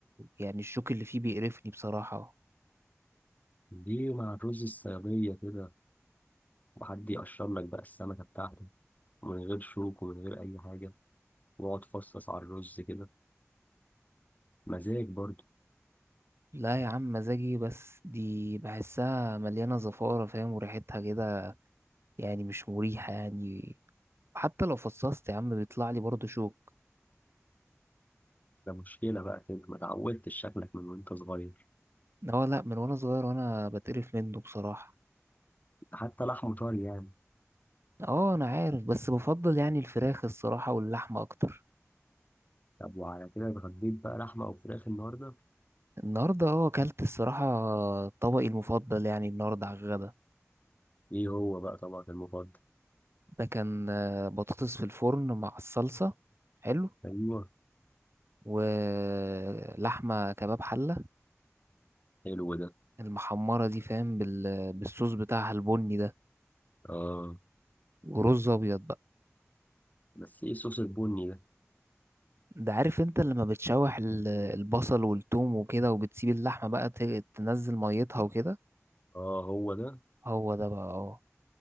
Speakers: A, on the right; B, on the left.
A: يعني الشوك اللي فيه بيقرفني بصراحه
B: ليه مع الرز الصياديه كده وحد يقشر لك بقى السمكه بتاعته من غير شوك ومن غير اي حاجه واقعد فصص على الرز كده مزاج برضه
A: لا يا عم مزاجي بس دي بحسها مليانه زفاره فاهم وريحتها كده يعني مش مريحه يعني حتى لو فصصت يا عم بيطلع لي برضه شوك
B: ده مشكله بقى كده ما اتعودتش شكلك من وانت صغير
A: اه لا من وانا صغير وانا بتقرف منه بصراحه
B: حتى لحمه طري يعني
A: اه انا عارف بس بفضل يعني الفراخ الصراحه واللحمه اكتر
B: طب وعلى كده اتغديت بقى لحمه او فراخ النهارده
A: النهارده اه اكلت الصراحه طبقي المفضل يعني النهارده على الغدا
B: ايه هو بقى طبقك المفضل
A: ده كان آه، بطاطس في الفرن مع الصلصه حلو
B: ايوه
A: ولحمه كباب حله
B: حلو ده
A: المحمره دي فاهم بال... بالصوص بتاعها البني ده
B: اه
A: ورز ابيض بقى
B: بس ايه الصوص البني ده
A: ده عارف انت لما بتشوح ال- البصل والثوم وكده وبتسيب اللحمه بقى ت- تنزل ميتها وكده
B: اه هو ده
A: هو ده بقى اه